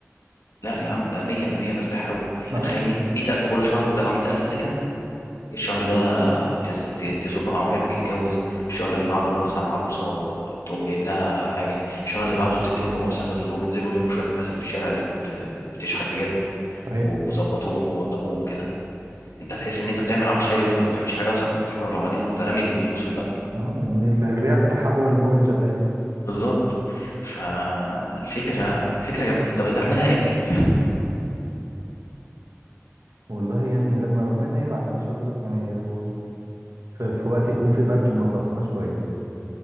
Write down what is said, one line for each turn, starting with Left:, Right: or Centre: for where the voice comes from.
Left: لا يا عم ده 100 100 مرتاح قوي يعني
Right: اه
Left: تخيل 100 100000 كل شهر بتطلع 100000 زكاة الشهر ده تز- ت- تزق مع واحد بيتجوز الشهر اللي بعده مثلا عروسه وتقوم جايب لها حاجه الشهر اللي بعده تديهم لمؤسسه تقول لهم انزلوا لموا شويه الناس اللي في الشارع اللي بت... بتشحت بجد
Right: صحيح
Left: وظبطوهم ووضبوهم كده انت هتحس ان انت بتعمل عمل خيري وانت ما بتعملش حاجه اصلا انت حر على بعدين انت رامي الفلوس في البنك
Right: اه يعني ال- الرياح بتاعها هو اللي هو اللي شغال
Left: بالظبط فالفكره فكره جميله طب هتعملها امتى دي
Right: والله يعني لما ربنا يبعت ان شاء الله يعني لو في, في وقت يكون في برد وما تغطيناش كويس